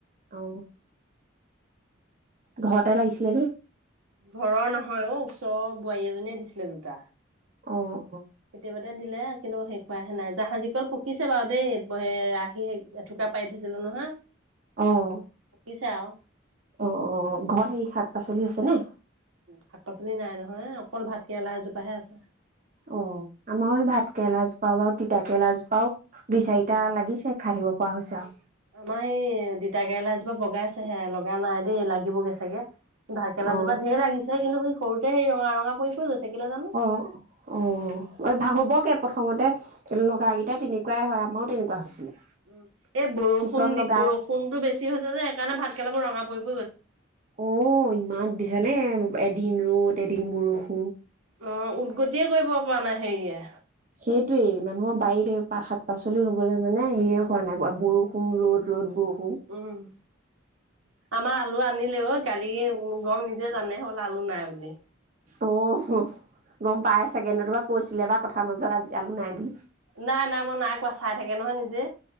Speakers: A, on the right; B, on the right.
A: অ ঘৰতে লাগিছিলে
B: ঘৰৰ নহয় অ ওচৰৰ বোৱাৰী এজনীয়ে দিছিলে দুটা
A: অ অ
B: কেতিয়াবাটা দিলে কিন্তু শেষ ৱাহে নাই জাহাজী কল প শিছে বাৰু দেই আহি থোকা পাৰি থৈছিলো নহয়
A: আহ
B: কিছাওঁ
A: অ অ ঘৰত সেই শাক পাচলি আছে নে
B: শাক পাচলি নাই নহয় অকল ভাত কেৰেলা এজোপাাহে আছে
A: অ আমাৰ ভাতকে লাজ পাওঁ বা তিতাকে লাজ পাও দুই চাৰিটা
B: উম
A: লাগিছে খাই থাকো পোৱা হৈছে
B: আমাৰ সেই তিতা কেৰেলা জোপা বগাইছেহে লগা নাই দেই লাগিবগৈ চাগে ঢাকেলা
A: অ
B: জোপা ধঢেৰ লাগিছে কিন্তু স সৰুতে সেই ৰঙা ৰঙা পৰি গৈছে কেলে জানো
A: অ অ ভাগ হবগে প্ৰথমতে স নগৰাকেইটা তেনেকুৱাই হয় আমাৰো তেনেকুৱা হৈছিলে
B: উ এই বৰষুণ
A: পিছত লগা
B: দি বৰষুণতো বেছি হৈছে যে সেইকাৰণে ভাত খেলাবোৰ ৰঙা বৈ
A: অ ইমান দিছানে এদিন ৰ'দ এদিন বৰষু
B: অ উদগতিয়ে কৰিব পৰা নাই হেৰিয়ে
A: সেইটোৱেই মানুহৰ বাৰীৰে শাক পাচ লি হ'বলৈ মানে হেৰিয়ে হোৱা নাই বৰষুণ ৰ'দ ৰ'দ বৰষুণ
B: উম, আমাৰ আলু আনিলে অ', কালি গম নিজে জানে হ'বলা আলু নাই বুলি।
A: অ' গ'ম পাই চাগে নতো বা কৈছিলে বা কথাৰ মজত আজি আলু নাই বুলি।
B: নাই নাই মই নাই কোৱা চাই থাকে নহয় নিজে।